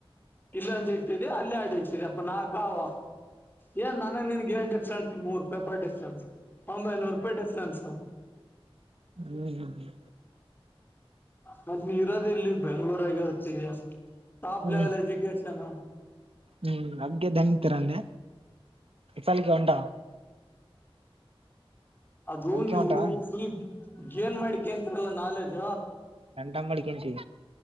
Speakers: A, on the left (about 20°); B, on the right (about 75°).
A: ಕಲ್ಲೊಂದು ಇಟ್ಟಿದೆ ಅಲ್ಲ ಆಡಿ ಇಟ್ಟಿದೆ ಅಪ್ಪ ನಾಲ್ಕವು ಏನ್ ನನಗ್ ನಿನ್ಗೆ ಸ ಮೂರ್ ನ್ ಒಂಬೈ ಐನೂರು ರೂಪಾಯಿ ಸ್ಟನ್ಸ್
B: ಹ್ಮ್ ಹ್ಮ್ ಹ್ಮ್
A: ಮತ್ತ ನೀ ಇರೋದ ಇಲ್ಲಿ ಬೆಂಗಳೂರ ಆಗರ್ತ್ತಗ ಟಾಪ್ ಲೆವೆಲ್
B: ಹ್ಮ್
A: ಎಜ್ಯುಕೇಶನ್
B: ಹ್ಮ್ ಅಗೆದ್ದಂಗತೀರೆ ಸಲಕ ಉಂಟ
A: ಅದು
B: ಅದಕ್ಕೆ
A: ನೀವು
B: ಹೊಂಟಾವ
A: ಫುಲ್ ಜೇನ್ ಮಾಡಿಕಂತಲ್ಲ ನಾಲೆಜ
B: ರಟಾಮ ಕಳಿಕನು ಜ